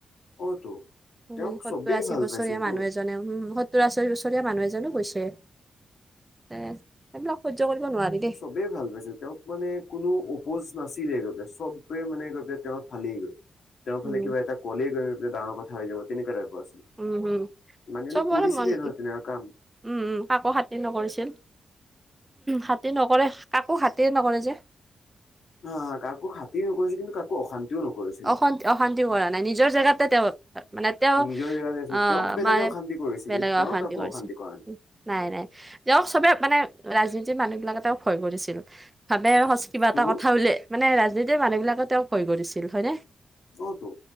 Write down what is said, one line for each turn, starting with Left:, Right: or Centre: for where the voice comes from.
Left: অতো
Right: ইমান
Left: তেওঁক
Right: সত্তৰ
Left: চবেই
Right: আশী
Left: ভাল
Right: বছৰীয়া
Left: পাইছিলতো
Right: মানুহ এজ- জনে উমহু সত্তৰ আশী বছৰীয়া মানুহ এজনো গৈছে। এহ, সেইবিলাক সহ্য কৰিব নোৱাৰি দেই।
Left: <unintelligible> ভাল পাইছিল তেওঁক মানে কোনো অপ'জ নাছিলে গৈ পেলাই চববে মানে গৈপায় তেওঁক ভালে <unintelligible> তেওঁ খালী
Right: উম
Left: কিবা এটা কলেই <unintelligible> ডাঙৰ কথা হৈ যাব তেনেকুৱা টাইপৰ আছিল।
Right: উম উম
Left: মানে এনে
Right: চবৰে
Left: কৰিছিলে
Right: মন
Left: ন' তেনেকা কাম।
Right: উম, উম, কাকো খাতীৰ নকৰিছিল, খাতীৰ নকৰে কাকো খাতীৰ নকৰে যে।
Left: অ', অ, কাকো খাতি নকৰিছিল কিন্তু কা কো অশান্তিও নকৰিছিল।
Right: অশান্ত অশান্তিও কৰা নাই নিজৰ জেগাতে তেওঁ, মানে তেওঁ
Left: নিজৰ জেগাতে আছিল
Right: অ',
Left: তেওঁক বেলেগে
Right: মানে,
Left: অশান্তি কৰিছে
Right: বেলেগক
Left: কিন্তু তেওঁ
Right: শান্তি
Left: কাকো
Right: কৰিছে।
Left: অশান্তি কৰা নাই।
Right: নাই নাই, তেওঁক চবে মানে ৰাজনীতিৰ মানুহ বিলাকে তেওঁক হয় ভয় দিছিল ভাবে সচ কিবা
Left: উম
Right: এটা
Left: হম।
Right: কথা উলে মানে ৰাজনীতিৰ মানুহ বিলাকে তেওঁক ভয় কৰিছিল, হয়নে?
Left: অ', তো।